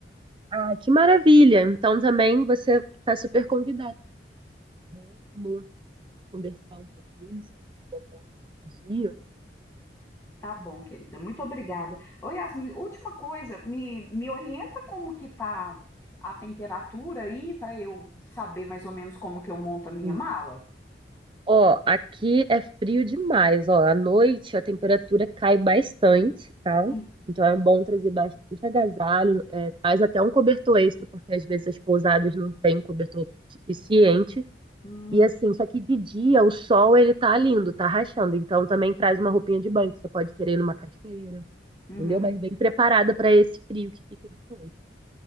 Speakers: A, on the right; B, on the left.
A: Ah, que maravilha! Então também você está super convidado. Vamos conversar um pouquinho se você tiver dia.
B: Tá bom, querida. Muito obrigada. Ô, Yasmin, última coisa, me, me orienta como que tá a temperatura aí para eu saber mais ou menos como que eu monto a minha
A: Hum.
B: mala?
A: Ó, aqui é frio demais, ó. À noite a temperatura cai bastante, tá?
B: Hum,
A: Então é bom trazer bastante agasalho, é, traz até um cobertor extra, porque às vezes as pousadas não têm cobertor suficiente.
B: Hum,
A: E assim, só que de dia o sol ele tá lindo, tá rachando. Então também traz uma roupinha de banho que você pode querer ir numa cachoeira,
B: uhum.
A: entendeu? Mas bem preparada para esse frio que fica de noite.